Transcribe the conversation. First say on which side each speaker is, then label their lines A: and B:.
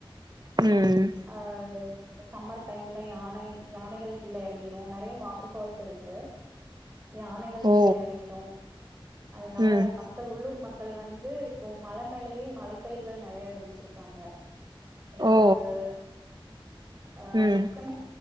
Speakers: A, on the right; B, on the right.
A: ம்
B: ஆஹ் இந்த சம்மர் டைம்ல யானை யானைகள் கீழ இறங்கிரு நெறயா‌ வாட்டர் ஃபால்ஸ் இருக்கு யானைகள்
A: ஓ
B: கீழ இறங்கிடு அதனால
A: ம்
B: மக்கள் உள்ளூர் மக்கள் மக்கள் வந்து இப்போ மழ மேலயே மழப்பயிர்கள் நெறயா விதச்சிருக்காங்க ஹிராம்பு
A: ஓ
B: ஆஹ
A: ம்
B: முக்யமா